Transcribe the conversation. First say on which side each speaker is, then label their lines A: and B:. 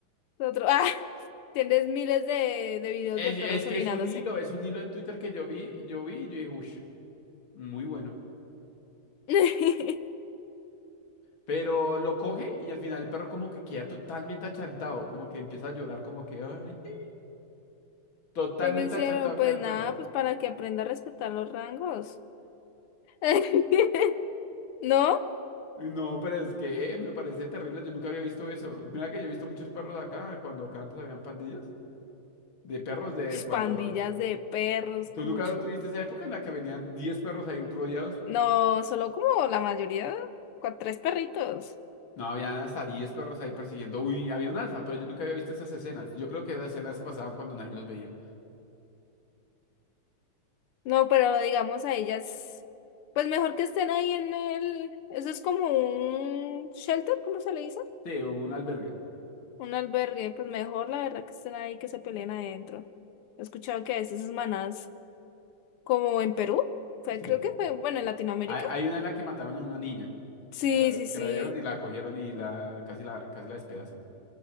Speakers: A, on the left; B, on the left.
A: El otro, ah, tienes miles de, de videos
B: Es,
A: de perros
B: es que
A: orinándose.
B: es un hilo, es un hilo en Twitter que yo vi, yo vi y yo dije, uff, muy bueno.
A: <laughs> ¿Qué
B: Pero lo coge y al final el perro como que queda totalmente achantado, como que empieza a llorar, como que "Ay", sí". totalmente
A: me hicieron?
B: achantado
A: Pues
B: queda el
A: nada,
B: perro.
A: pues para que aprenda a respetar los rangos. <laughs> ¿No?
B: Y No, pero es que me parece terrible, yo nunca había visto eso. Mira que yo he visto muchos perros acá, cuando acá antes habían pandillas. De perros de
A: Pues,
B: cuando...
A: pandillas de perros,
B: ¿Tú
A: cucho.
B: nunca tuviste esa época en la que venían 10 perros ahí rodeados?
A: No, solo como la mayoría, cua- tres perritos.
B: No, habían hasta 10 perros ahí persiguiendo. Uy, había un alfa, pero yo nunca había visto esas escenas. Yo creo que esas escenas pasaban cuando nadie los veía.
A: No, pero digamos a ellas, pues mejor que estén ahí en el, eso es como un shelter, ¿cómo se le dice?
B: Sí, o un albergue.
A: Un albergue, pues mejor la verdad que estén ahí, que se peleen adentro. He escuchado que a veces esas manadas, como en Perú, fue,
B: Sí.
A: creo que fue, bueno, en Latinoamérica.
B: Hay, hay una en la que mataron a una niña.
A: Sí,
B: Que la,
A: sí, sí,
B: que la vieron y la cogieron y la casi la, casi la despedazan.